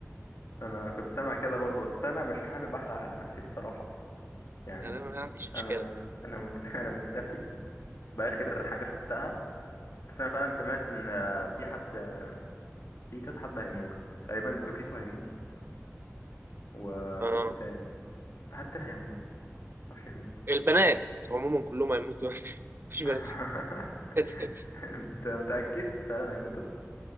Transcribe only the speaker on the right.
انا ما عنديش اشكال
اه
البنات عموما كلهم هيموتوا <laughs> مفيش
بنات <laughs>